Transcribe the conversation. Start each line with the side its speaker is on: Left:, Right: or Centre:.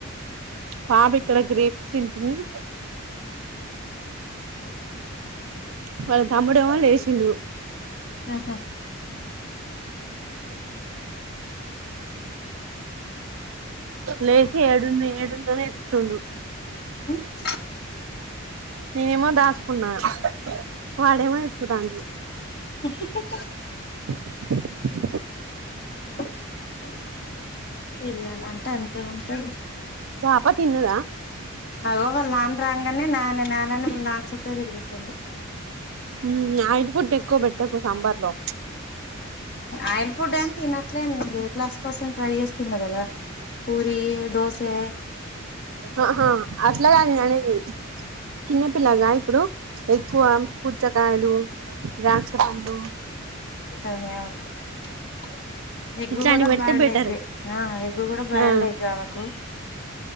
Right: పాప ఇక్కడ గ్రేప్స్ తింటుంది. వాళ్ళ తమ్ముడమో లేషిండు
Left: ఆహా
Right: లేసి ఏడుంది ఏడుంది. అని ఎతుకుతుండు
Left: కాక్. <unintelligible>
Right: నేనేమో దాసుకున్నాను వాడేమో ఎత్తుతాడు.
Left: హు హు.
Right: నాన్ నికి. <unintelligible>
Left: <unintelligible> పిల్లలు అంటే అంతే ఉంటాది.
Right: పాపా తిన్నదా.
Left: అయ్యో వాళ్ళు నాన్న రాగానే నాన్న నాన్నని వాళ్ళ నాన్న చుట్టే తిరుగుతుంది.
Right: హు ఆయిల్ ఫుడ్డు ఎక్కువ పెట్టకు. సాంబర్లో.
Left: ఆయిల్ ఫుడ్ అంత తినట్లే వేట్ లాస్ కోసం ట్రై చేస్తున్న కదా. పూరి, దోసె.
Right: ఆహా అట్లాగా నేను అనేది చిన్నపిల్లగా ఇప్పుడు. ఎక్కువ పుచ్చకాయలు, ద్రాక్ష పండ్లు.
Left: ఆ. <unintelligible> ఎగ్
Right: ఇట్లాంటివి
Left: కూడా
Right: పెడితే
Left: బాయిల్డ్
Right: బెటరు
Left: ఎగ్. ఆ ఎగ్ కూడా బాయిల్డ్
Right: ఆ
Left: ఎగ్ అనకు,